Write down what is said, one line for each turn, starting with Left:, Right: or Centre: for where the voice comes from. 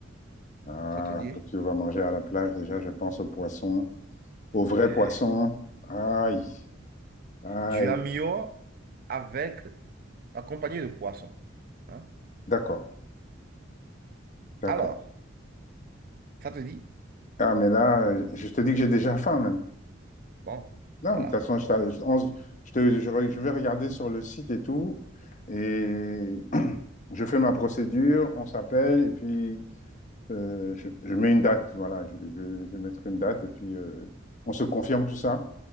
Left: Ah,
Right: ça te dit?
Left: quand tu vas manger à la plage, déjà, je pense aux poissons, aux vrais
Right: Ouais.
Left: poissons. Aïe, aïe.
Right: Du amio avec, accompagné de poissons. hein.
Left: D'accord, d'accord.
Right: Alors, Ça te dit?
Left: Ah, mais là, euh, je te dis que j'ai déjà faim, même.
Right: Bon,
Left: Non,
Right: voilà.
Left: mais de toute façon, je, t'a- je- on- je te, je re- je vais regarder sur le site et tout, et <clears throat> je fais ma procédure, on s'appelle, et puis euh, je, je mets une date, voilà, je, je, je vais mettre une date, et puis euh, on se confirme tout ça.